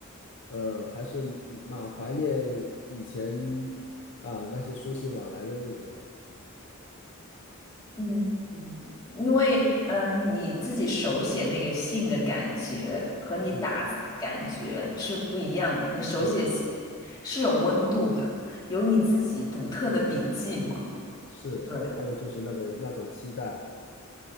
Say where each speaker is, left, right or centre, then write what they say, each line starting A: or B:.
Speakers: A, on the left; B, on the left.
A: 呃，还是蛮怀念以前啊那些书信往来的日子。
B: 嗯，因为嗯，呃你自己手写那个信的感觉和你打字的感觉是不一样的。
A: 嗯，
B: 你手写信
A: 对，
B: 是有温度的，有你自己独特的笔迹嘛？
A: 是，
B: 对，
A: 还有就是那个那种期待